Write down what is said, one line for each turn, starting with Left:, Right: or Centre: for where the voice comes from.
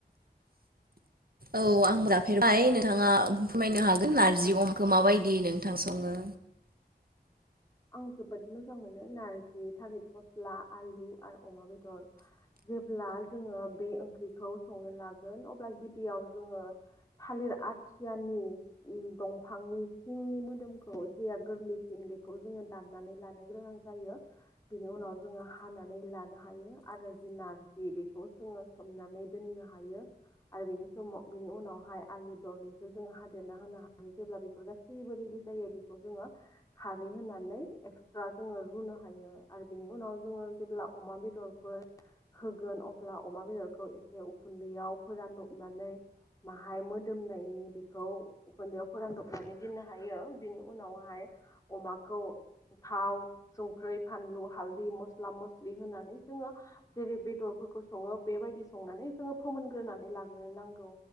Right: औ आं <unintelligible> फेरबाय नोंथाङा फोरमायनो हाग गोन नारजि
Left: ओ
Right: अमाखो माबायदि नोंथां सङो?
Left: आं जोबोद मोजां मोनो नारजि थालिर फस्ला आलु आरो अमा बेदर। जेब्ला जोङो बे ओंख्रिखौ संनो लागोन अब्ला गिबियाव जोङो थालिर आथियानि दंफांनि सिंनि मोदोमखौ जेया गोरलैसिन बेख खौ जोङो दाननानै लानो ग्रोनां जायो बेनि उनाव जोङो हानानै लानो हायो आरो नारजि बेखौ जोङो सोमनानै दोननो हायो। आरो बेनि समाव बिनि उनावहाय आलु दरनैसो जोङो हादेरना होनो हायो जेब्ला बेफोर गासैबो रेडि जायो बेखौ जोङो खारै होनानै एक्सट्रा जोङो रुनो हायो आरो बिनि उनाव जोङो जेब्ला अमा बेदरफोर होगोन अब्ला अमा बेदरखौ एसे उखुन्दैयाव फोरानदबनानै माहाय मोदोमनायनि बेखौ उखुन्दैआव फोरानदबनानै दिननो हायो बिनि उनावहाय अमाखौ थाव संख्रै फानलु हालदै मस्ला मस्लि होनानै जोङो जेरै बेदरफोरखौ सङो बेबायदि संनानै जोङो फोमोनग्रोनानै लाग्रोनांगौ